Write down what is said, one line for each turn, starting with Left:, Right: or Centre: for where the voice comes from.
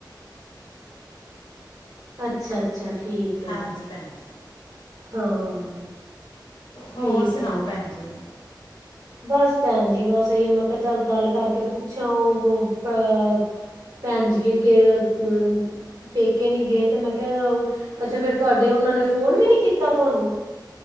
Right: ਅੱਛਾ, ਅੱਛਾ ਠੀਕ ਹੈ
Left: ਹਾਂਜੀ ਭੇਣਜੀ
Right: ਹਾਂ <unintelligible>
Left: ਹੋਰ
Right: ਠੀਕ
Left: ਸੁਣਾਓ
Right: ਹੈ
Left: ਭੈਣ ਜੀ
Right: ਬਸ ਭੈਣ ਜੀ ਬਸ ਏਈਓ ਮੈਂ ਕਿਈ ਚੱਲ ਗੱਲ ਕਰਕੇ ਪੁੱਛਾਂ ਉਹ ਅ ਭੈਣ ਜੀਆਂ ਕ ਪੇਕੇ ਨੀ ਗਏ ਤੇ ਮੈਂ ਕਿਆ ਅੱਛਾ ਫੇਰ ਤੁਆਡੇ ਉਨਾਂ ਨੇ ਫੋਨ ਵੀ ਨੀ ਕੀਤਾ ਤੁਆਨੂੰ।